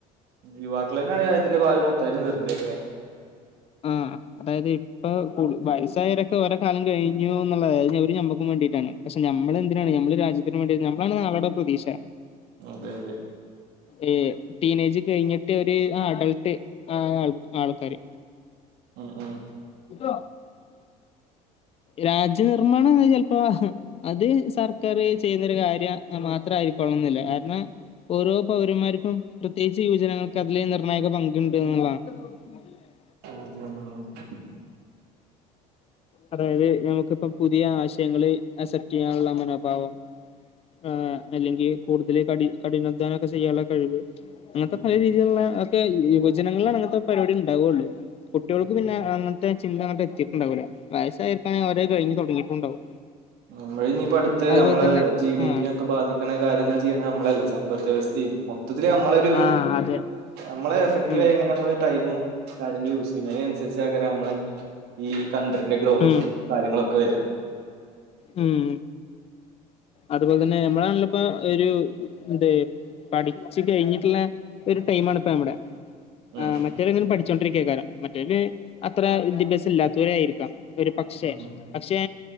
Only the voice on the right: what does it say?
യുവാക്കള തന്നെയാണ് രജത്തിന്റെ ഭാഗം മുത്തായി നിർണയിക്ക്ണ്.
അതെ അതെ.
ആ ആ
<unintelligible>
ഉം
ഉം
നമ്മൾ ഇനിയിപ്പോ അടുത്ത്
നമ്മളെ
ജി ഡി
പി നൊക്കെ ബാധിക്കണ കാര്യങ്ങൾ ചെയ്യണ നമ്മളല്ലേ സമ്പത്ത് വ്യവസ മൊത്തത്തില്ൽ നമ്മളരു
നമ്മളെ എഫക്റ്റീവയി
എങ്ങനെ നമ്മ ടൈമും.... കാര്യങ്ങൾ യൂസ് ചെയ്യുന്നതിനനുസരിച്ച് ആെ നമ്മള ഈ ക ന്റെ ഗ്രോത്തും
കാര്യങ്ങളുക്കെ വരിക.
ഉം
ഉം